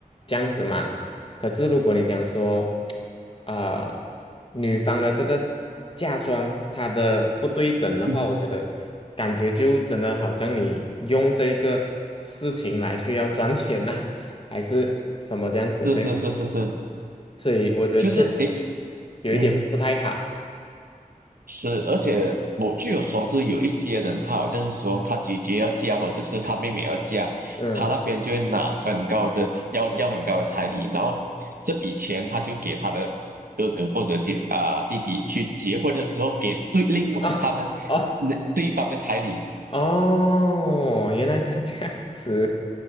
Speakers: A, on the left (about 40°); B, on the right (about 80°).
A: 这样子嘛。可是如果你讲说，啊、女方的这个嫁妆她的不对等的话，
B: 嗯，
A: 我觉得感觉就真的好像你用这个事情来去要赚钱呐、还是什么这样子，
B: 是是是是是，
A: 对吗？所以我觉得确实
B: 就是诶，
A: 有一点不太好。
B: 嗯。是，而且我据我所知，有一些人他好像是说他姐姐要嫁，或者是他妹妹要嫁，
A: 嗯，
B: 他那边就会拿很高的要要很高的彩礼，然后这笔钱他就给他的哥哥或者姐啊、弟弟去结婚的时候给对另外他们那对方的彩礼，
A: 哦哦哦，原来是这样子。